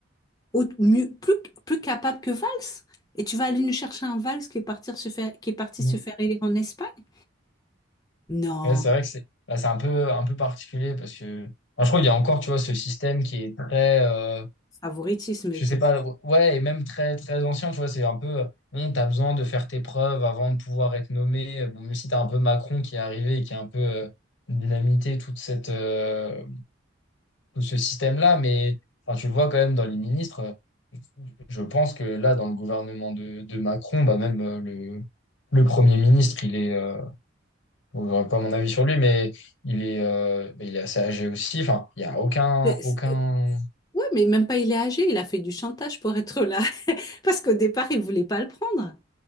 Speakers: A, on the left (about 20°); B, on the left (about 70°).
A: au- mieux, plus, plus capable que Valls. Et tu vas aller nous chercher un Valls qui est parti se faire, qui est parti
B: Mm.
A: se faire élire en Espagne? Non,
B: Ouais, c'est vrai que c'est, là, c'est un peu, un peu particulier parce que, enfin, je trouve qu'il y a encore, tu vois, ce système qui est très, euh,
A: favoritisme
B: je
A: est...
B: sais pas, ouais, et même très, très ancien, tu vois, c'est un peu, euh, bon, t'as besoin de faire tes preuves avant de pouvoir être nommé. Bon, même si t'as un peu Macron qui est arrivé et qui a un peu, euh, dynamité toute cette, euh, tout ce système-là, mais enfin, tu le vois quand même dans les ministres. euh, Je pense que là, dans le gouvernement de, de Macron, bah même euh, le, le Premier ministre, il est, euh, bon, j'aurais pas mon avis sur lui, mais il est, euh, bah, il est assez âgé aussi. Enfin, il y a aucun,
A: c'est- c'est-
B: aucun.
A: Ouais, mais même pas il est âgé, il a fait du chantage pour être là. <laughs> Parce qu'au départ, il voulait pas le prendre.